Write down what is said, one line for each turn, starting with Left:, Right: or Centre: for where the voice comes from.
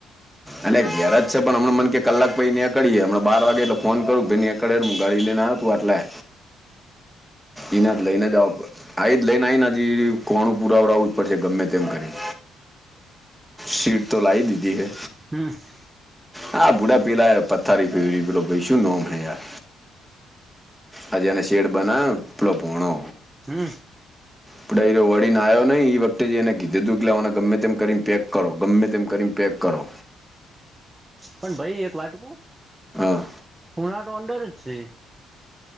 Centre: અને ઘેર જ છે પણ મન કે કલાક પછી નેકળીએ હમણા બાર વાગે એટલે ફોન કરું ભઇ ને કડે હું ગાડી લઈને આવ તું આટલા એને લઈને જાવા પડે. આ એજ લઈને આ આવી નેજી કોણું પુરાવડાવું જ પડશે ગમે તેમ કરીને. સીટ તો લાઇ દીધી હે.
Right: હમ્મ.
Centre: હા ભૂડા પીલા પથ્થારી ફેરવી પેલો ભઈ શું નોમ હે યાર. આ જને શેડ બનાયો પેલો ભૂણો.
Right: હમ્મ.
Centre: આપડે એ વળીને આવ્યો નહી એ વખતે એને કીધું દુ કેલાવાને ગમે તેમ કરીને પેક કરો ગમે તેમ કરીને પેક કરો.
Right: પણ ભઈ એક વાત કહુ
Centre: હા
Right: ખૂણા તો અંદર જ છે.